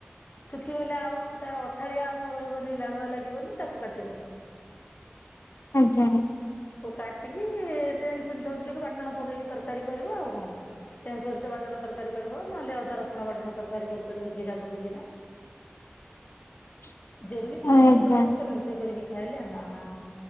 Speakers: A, on the left (about 40°); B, on the left (about 80°).
A: ଶୁଖିଗଲେ ଆଉ ତାର ଅଠାଳିଆ ଅଂଶ ରହିବନି ଲାଳୁଆ ଲାଗିବନି ତାକୁ କାଟ। <unintelligible>
B: ଆଜ୍ଞା।
A: କାଟିକି ସେ ସେମିଥିଲ ବାଟଣ ପକେଇକି ତରକାରୀ କରିବା ଆଉ କଣ ସେ ସୋରିଷ ବାଟଣ ତରକାର। ତରକାରୀ କରିବ ନହେଲେ ଅଧା ରସୁଣ ବାଟଣ ତରକାରୀ କରିପାରିବ ଜିରା ପକେଇକିନା।
B: <unintelligible>
A: ଯେମିତି
B: ଆଜ୍ଞା।
A: କରିକି ତମ ରୋଷେଇ କରିକି ଖାଇଲେ ହେଲା। ହଁ